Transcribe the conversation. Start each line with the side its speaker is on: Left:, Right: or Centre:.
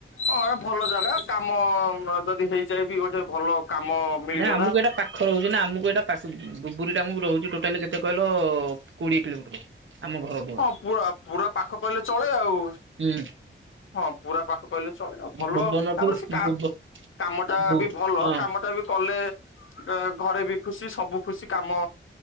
Left: ହଁ ଏ ଭଲ ଜାଗା କାମ ଯଦି ହେଇଯାଇ ବି ଗୋଟେ ଭଲ କାମ ମିଳିଗଲା
Right: ନା ଆମକୁ ଏଇଟା ପା ପାଖ ରହୁଛି ନା ଆମକୁ ଏଇଟା <unintelligible> ଆକୁ ରହୁଛି ଟୋଟାଲି କେତେ କହିଲ କୋଡ଼ିଏ କିଲୋମିଟର ଆମ ଘର
Left: ହଁ ପୁରା ପୁରା ପାଖ କହିଲେ ଚଳେ ଆଉ
Right: ହୁଁ
Left: ହଁ ପୁରା ପାଖ କହିଲେ ଚଳେ ଆଉ ଭଲ
Right: ଭୁବନଠୁ
Left: ତାପରେ ସେ କା
Right: ଭୁବ
Left: କାମଟା
Right: ଭୁ
Left: ବି ଭଲ
Right: ହଁ।
Left: କାମଟା ବି କଲେ ଘରେ ବି ଖୁସି ସବୁ ଖୁସି କାମ